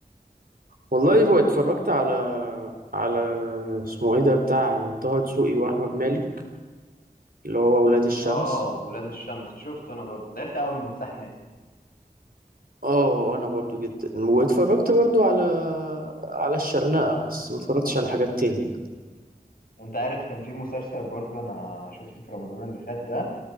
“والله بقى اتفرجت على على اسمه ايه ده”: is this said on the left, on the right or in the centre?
Right